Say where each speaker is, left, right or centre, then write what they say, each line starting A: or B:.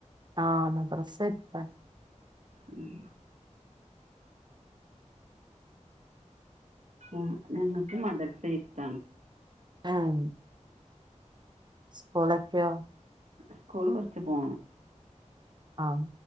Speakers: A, on the right (about 35°); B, on the right (about 70°).
A: ആഹ മദ്രസ്സ് എടുത്താണ്.
B: ഉം. ആ ഞങ്ങൾക്ക് മദ്രസ്സ് എരുത്താണ്.
A: ആവൂ. സ്‌കൂലൊക്കെയോ.
B: സ്കൂൾ കുറച്ച് പോണം
A: ആഹ്